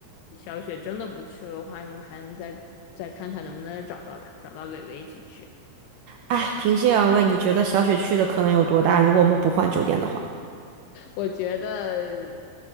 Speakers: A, on the left; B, on the right.
A: 小雪真的不去的话，你们还能再再看看能不能再找到他，找到磊磊一起去。
B: 哎，平心而论，你觉得小雪去的可能有多大？如果我们不换酒店的话，
A: 我觉得。